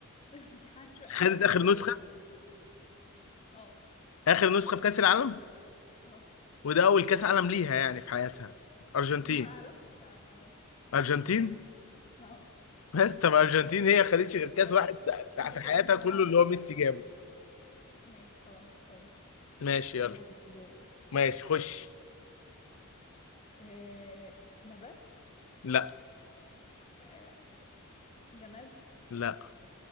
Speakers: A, on the left; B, on the left.
A: <laughs> مش عارفة
B: خدت
A: بس
B: اخر نسخه
A: اه
B: اخر نسخه في كاس العالم
A: اه
B: وده اول كاس عالم ليها يعني في حياتها ارجنتين
A: ما اعرفش بقى ما اعرفش
B: ارجنتين
A: اه
B: بس طب ارجنتين هي خدتش غير كاس
A: ما,
B: واحد في
A: ما انت
B: في
A: كنت
B: حياتها
A: ما انا
B: كله
A: ما اعرفش
B: اللي هو ميسي
A: لا
B: جابه
A: ماشي خلاص طيب
B: ماشي يلا
A: يلا دور
B: ماشي خش
A: أه نبات
B: لا
A: أه جماد
B: لا